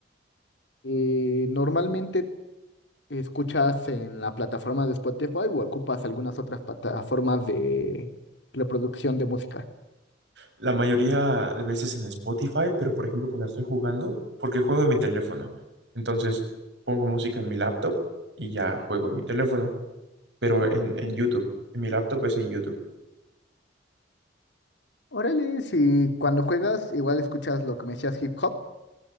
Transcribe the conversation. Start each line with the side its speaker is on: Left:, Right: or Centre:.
Left: eh, normalmente escuchas en la plataforma de Spotify o ocupas algunas otras plataformas de reproducción de música?
Right: La mayoría de veces en Spotify, pero por ejemplo cuando estoy jugando, porque juego en mi teléfono, entonces pongo música en mi laptop y ya juego en mi teléfono, pero en, en YouTube, en mi laptop es en YouTube.
Left: Órale, si cuando juegas igual escuchas lo que me decías hip hop.